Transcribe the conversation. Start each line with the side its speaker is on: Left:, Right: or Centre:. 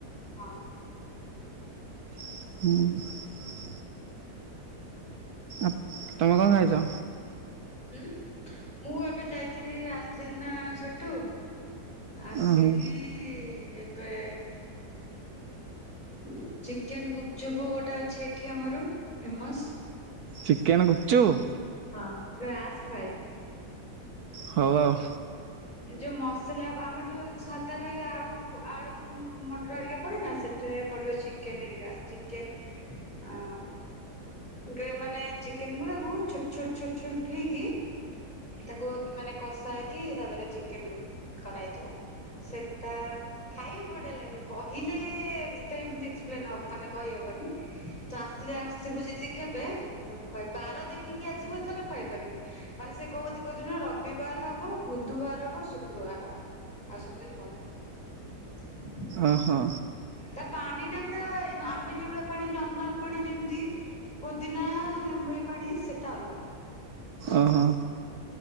Left: ହଁ।
Right: ହଁ।
Left: ହ
Right: ଆ-ତମେ କଣ ଖାଇଚ?
Left: ହୁଁ ମୁଁ ଏବେ ଯାଇଥିଲି ଆସିଲି ନା ସେଠୁ ଆସିକି
Right: ଓହୋ
Left: ଏବେ ଉଁ ଚିକେନ ଗୁପଚୁପୁ ଗୋଟେ ଅଛି ଏଠି ଆମର ଫେମସ୍।
Right: ଚିକେନ ଗୁପଚୁପ?
Left: ହଁ ତୁ କେବେ ଆସ୍ ଖୁଆଇବି।
Right: ହୋଉ ଆଉ।
Left: ଯୋଉ ମସଲା ବା-ଆମର ଯୋଉ ସାଦାରେ ଆଳୁ ଆଳୁ ମଟର ହରିକା ପଡେନା ସେଥିରେ ପଡିବ ଚିକେନ ହରିକା ଚିକେନ୍ ଆ ଗେ-ମାନେ ଚିକେନ ଗୁଡାକୁ ଛୋଟଛୋଟ ଛୋଟଛୋଟ ଫେଇକି ତାକୁ ମାନେ କଷା ହେଇକି ତାଦେହରେ ଚିକେନ ଗୋ-କରାଇଥିବ। ସେଟା ଖାଇବ ବଢିଆ ଲାଗିବ କହିଲେ ଏତେ ଏମତି ଏକ୍ସପ୍ଲେନ୍ ହବ୍-ମାନେ କହିହବ ନି ତ ଆସିଲେ ଆସିବୁ ଯଦି କେବେ ଖୁଆଇବି ବାର ଦେଖିକି ଆସିବୁ ଯେତେବେଳେ ଖୁଆଇ ପାରିବି ମାନେ ସେ କୋଉ ଦି-କୋଉ ଦିନ ରବିବାର ହବ ବୁଧ ବୁଧବାର ହବ ଶୁକ୍ରବାର ହବ ଆଉ ସବୁଦିନ୍ ବନ୍ଦ।
Right: ଓହୋ।
Left: ତା ପାଣିଟା ପୁରା ଏନ୍-ଯୋଉ ଭଳିଆ ପାଣି ନର୍ମାଲ ପାଣି ଯେମିତି ପୋଦିନା ଲେ ବପଣି <unintelligible> ସେଟା ଅଲଗା ଭଲସେ
Right: ଓହୋ
Left: ସେଟା